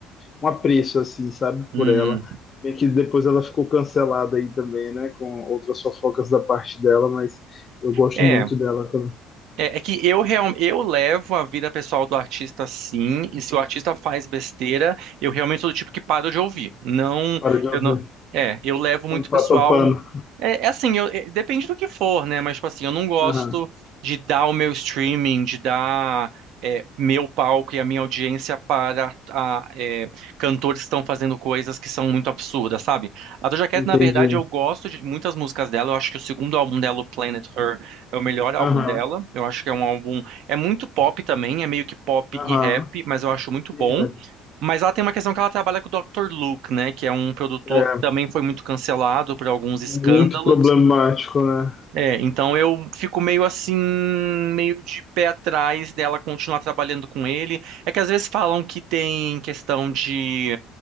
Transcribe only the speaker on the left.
um apreço, assim, sabe,
por ela. Bem que depois ela ficou cancelada aí também, né, com outras fofocas da parte dela, mas eu gosto
muito dela também.
Para de ouvir.
Não passa
pano.
Aham.
Entendi.
Aham,
aham.
E
rap.
É
muito
problemático, né?